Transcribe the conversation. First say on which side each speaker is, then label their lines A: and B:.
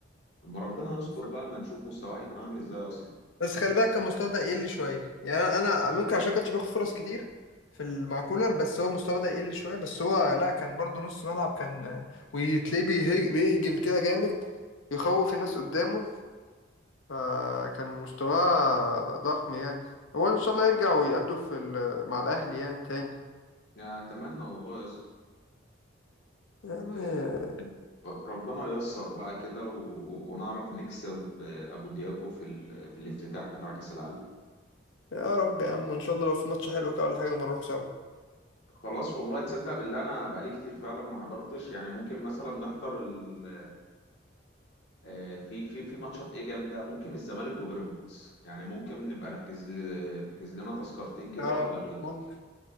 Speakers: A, on the left; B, on the left.
A: اما ربنا
B: مم.
A: يستر بقى اما نشوف مستواه هيكون عامل ازاي اصلا
B: بس خلي بالك كان مستواه ده يقل شوية يعني أنا أنا ممكن عشان كانش بياخد فرص كتير في ال- مع كولر بس هو مستواه بدأ يقل شوية بس هو لا كان برضو نص ملعب كان وتلاقيه بيه- بيهجم كده جامد يخوف الناس قدامه فكان مستواه ضخم يعني هو إن شاء الله يرجع ويأدوا في ال- مع الأهلي يعني تاني
A: يا اتمنى والله يا اسطى
B: يا عم
A: آه، ربنا ييسر بقى كده و... و- ونعرف نكسب آه، ابو دياجو في ال... في الافتتاح بتاع كاس العالم
B: يا رب يا عم وإن شاء الله لو في ماتش حلو كده ولا حاجة نروح سوا
A: خلاص والله تصدق بالله انا بقالي كتير فعلا ما حضرتش يعني ممكن مثلا نحضر ال... آه، في في في ماتشات ايه جامده ممكن الزمالك وبيراميدز يعني ممكن نبقى نحجز ل... نحجز لنا تذكرتين كده
B: اه
A: وابقى الغيك
B: ممكن